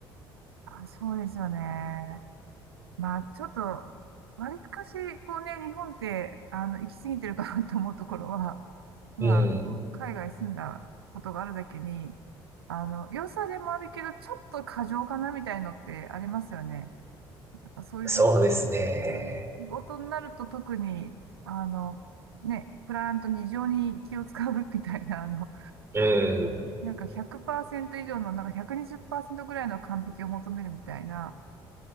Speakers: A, on the right (about 80°); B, on the right (about 20°).
A: あ、そうですよね。まあ、ちょっと、わりかし、こうね、日本って、あの、行き過ぎてるかなと思うところは、まあ、
B: うん、
A: あの、海外住んだことがあるだけに、あの、良さでもあるけど、ちょっと過剰かなみたいのってありますよね。なんかそういうふうに、
B: そうですね。
A: うん仕事になると特に、あの、ね、クライアントに異常に気を使うみたいな、あの、
B: うん、
A: なんか100%以上の、なんか120%ぐらいの完璧を求めるみたいな、